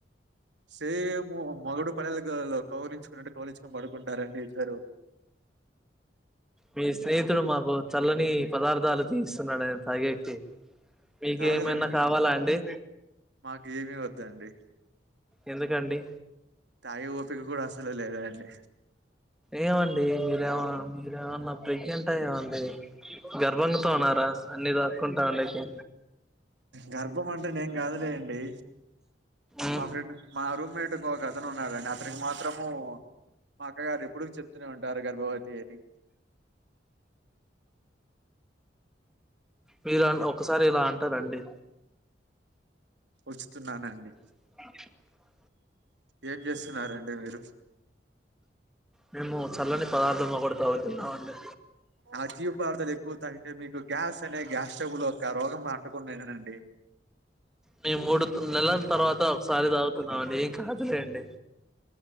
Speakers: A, on the right (about 80°); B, in the centre.
A: సేము మోగుడు పెళ్లలు క్ కౌలించుకున్నట్టు కౌలించుకొని పడుకుంటారండి ఇద్దరు.
B: మీ స్నేహితుడు మాకు చల్లని పదార్థాలు తీస్తున్నాడు నేను తాగేకి. మీకు
A: తాగలండి
B: ఏమన్నా కావాలా అండి.
A: మాకు ఏమీ వద్దండి
B: ఎందుకండి.
A: తాగే ఓపిక కూడా అసలు లేదాండి.
B: ఏమండి మీరేమ మీరేమన్నా ప్రెగ్నెంటా ఏమండి. గర్భంగాతో ఉన్నారా అన్ని దాక్కుంటా ఉన్నేకి.
A: గర్భం అంటే నేను కాదులెండి
B: మ్
A: మా ఫ్రెండ్. మా రూమ్మేట్కో ఒక అతను ఉన్నాడండి అతనికి మాత్రము మా అక్కగారు ఎప్పుడు చెప్తూనే ఉంటారు గర్భవతి అని
B: మీరన్ ఒకసారి ఇలా అంటారండి
A: వచ్చుతున్నానండి
B: <inaudible>
A: ఏం చేస్తున్నరండి మీరు
B: మేము చల్లని పదార్థంగా ఒకటి తావుతున్నామండి
A: ఆ తీవ పదార్థాలు ఎక్కువ తాగితే మీకు గ్యాస్ అనే గ్యాస్ట్రబుల్ యొక్క రోగం అంటుకునేదండి
B: మీ మూడు నెలల తర్వాత ఒకసారి తాగుతున్నామండి ఏం కాదులేండి